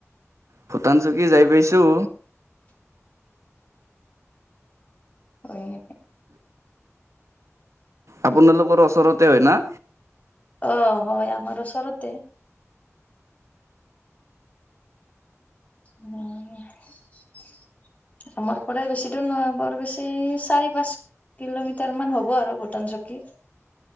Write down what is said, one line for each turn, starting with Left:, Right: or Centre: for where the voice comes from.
Right: ভূটান চকী যাই পাইছোঁ।
Left: অ <inaudible>
Right: আপোনালোকৰ ওচৰতে হয় না?
Left: অ হয় আমাৰ ওচৰতে। <inaudible> আমাৰ পৰা বেছি দূৰ নহয় বৰ বেছি চাৰি পাঁচ কিলোমিটাৰ মান হ'ব আৰু ভূটান চকী।